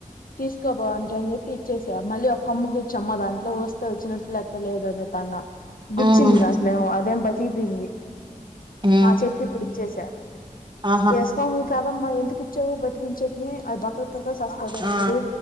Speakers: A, on the left; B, on the right.
A: తీస్ కపొ ఆంటీ అని చెప్ ప్పి ఇచ్చేసా మళ్ళీ ఒక్కమ్ము కూర్చమ్మ దాంట్లో వస్తే వచ్చినట్లు లేపో లేదు అని చెప్పి అన్న గుచ్చింది
B: మ్మ్
A: దంట్లోమో అదేం బతిపోంది
B: మ్మ్
A: ఆ చెట్టు ఇప్పుడు ఇచ్చేసా
B: ఆహా
A: ఏస్నావేమో కాదమ్మా ఎందుకి ఇచ్చావు బతికిన చేట్ని అది బక్క అ సస్తదో
B: ఆ
A: ఇప్పుడు